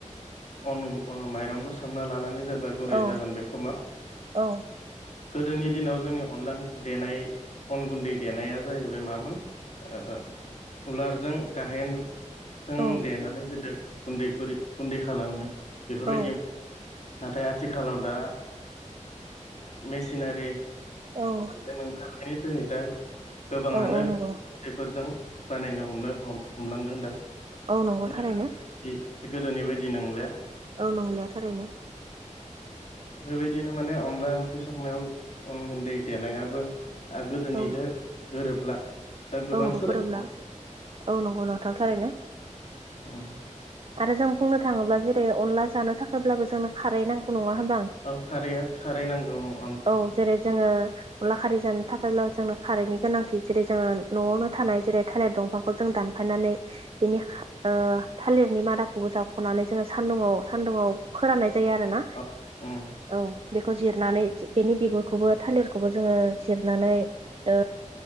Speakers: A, on the left; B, on the right.
A: अन ओ माइरंखौ सोमना लानानै जेब्ला गुरै
B: औ
A: जागोन बेखौ मा
B: औ
A: गोदोनि दिनाव जोंनि अनला देनाय अन गुन्दै देनाया जाहैबाय मामोन ओ उलारजों गाहेन जों
B: औ
A: देनानै <unintelligible> गुन्दैफोर गुन्दै खालामो बेफोरबायदि
B: औ
A: नाथाय आथिखालाव दा मेसिनारि
B: औ
A: <unintelligible> ओंखारनायनि जोहै दा गोबाङानो
B: औ औ नंगौ
A: बेफोरजों बानायनो हमनो हमलांदों दा
B: औ नंगौ
A: <unintelligible>
B: थारैनो
A: गोदोनि बायदि नोलिया।
B: औ नंलिया थारैनो।
A: बेबायदिनो माने अनला ओंख्रि संनायाव अन गुन्दै देनायाबो ओ गोदोनिदो
B: औ
A: गोरोबला। दा गोबां
B: औ गोरोबला
A: सोलायबाय
B: औ नंगौ नोंथां थारैनो।
A: उम
B: आरो जों बुंनो थाङोब्ला जेरै अनला जानो थाखायब्लाबो जोंनो खारै नांगौ नङा होम
A: औ खारैया खारै नांगौ ओं।
B: औ जेरै जोङो अनला खारै जानो थाखायब्लाबो जोंनो खारैनि गोनांथि जेरै जोङो न'आवनो थानाय जेरै थालेर दंफांखौ जों दानफायनानै बेनि खा ओ थालिरनि मादाखौबो जावख'नानै जोङो सानदुुंङाव सानदुुंङाव फोराननाय जायो आरोना
A: फोराननानै
B: औ बेखौ जिरनानै बेनि बिगुरखौबो थालिरखौबो जोङो जिरनानै ओ